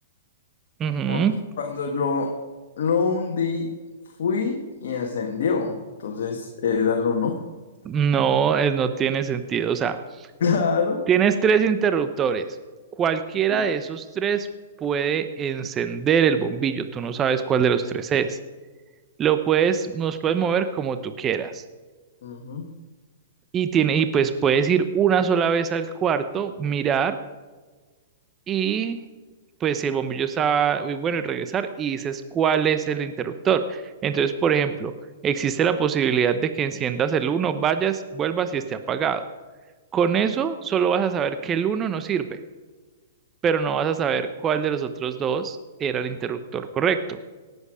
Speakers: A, on the right (about 20°); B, on the left (about 65°).
A: Ujú.
B: Porque cuando lo, lo hundí, fui y ascendió. Entonces era el uno. <laughs>
A: No, es, no tiene sentido. O sea,
B: Claro.
A: Tienes tres interruptores. Cualquiera
B: y
A: de esos tres puede encender el bombillo. Tú no sabes cuál de los tres es. Lo puedes, los puedes mover como tú quieras.
B: Ujú.
A: Y tiene, y pues puedes ir una sola vez al cuarto, mirar y pues si el bombillo está muy bueno y regresar y dices cuál es el interruptor. Entonces, por ejemplo, existe la posibilidad de que enciendas el uno, vayas, vuelvas y esté apagado. Con eso solo vas a saber que el uno no sirve. pero no vas a saber cuál de los otros dos era el interruptor correcto.